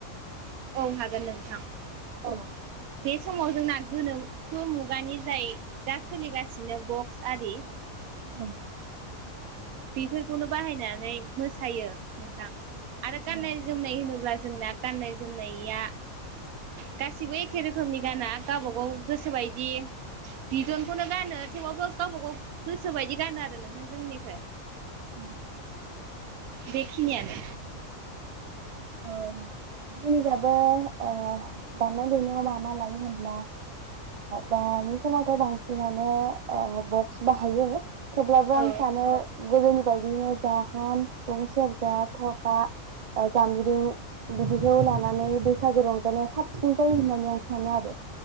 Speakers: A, on the right (about 80°); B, on the right (about 50°).
A: औ हागोन नोंथां।
B: अ‌।
A: बे समाव जोंना गोनोखो मुगानि जाय दा सोलिगासिनो बक्स आरि।
B: औ।
A: बेफोरखौनो बाहायनानै मोसायो नोंथां। आरो
B: औ
A: गानना- जोमनाय होनोब्ला। जोंना गाननाय-जोमनाया गासिबो एखे रोखोमनि गाना गावबा गाव गोसोबायदि बिदनखौनो गानो थेवबाबो गावबा गाव गोसोबायदि गानो आरो नोंथां जोंनिखै।
B: ओम।
A: बेखिनियानो।
B: औ-औ जोंनिजाबो ओ दामनाय- देनायाव मा-मा लायो होनब्ला दानि समावथ' बांसिनानो बक्स बाहायो। थेवब्लाबो
A: औ
B: आं सानो‌। गोदोनि बायदियैनो जा खाम, सिफुं, सेरजा थरखा। जाम्ब्रिं बिदिखौ लानानै बैसागो रंजानाया साबसिन जायो होननानै आं सानो आरो